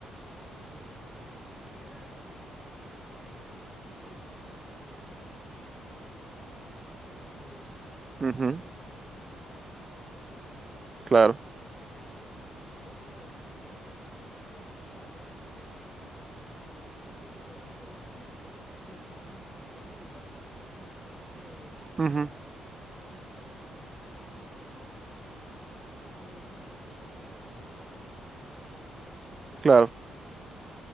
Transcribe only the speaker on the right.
Ujú,
claro,
ujú,
claro.